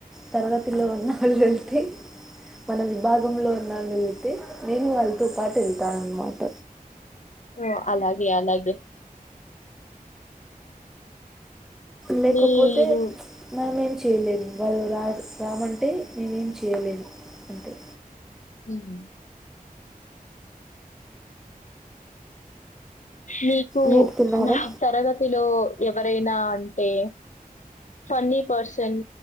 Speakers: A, in the centre; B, on the left (about 55°).
A: తరగతిలో ఉన్న వాళ్ళు వెళ్తే మనం ఇ భాగంలో ఉన్నా వెళితే నేను వాళ్ళతో పాటు వెళ్తా అన్నమాట
B: ఓ అలాగె అలాగె
A: లేకపోతే
B: మీరు
A: మేం మేం చేయలేదు వాళ్ళు రా రామంటే నేనేం చేయలేను అంతె
B: ఉమ్ నీకు
A: మీరు తిన్నారా
B: నాక్ తరగతిలో ఎవరైనా అన్ టే ఫన్ని పర్సన్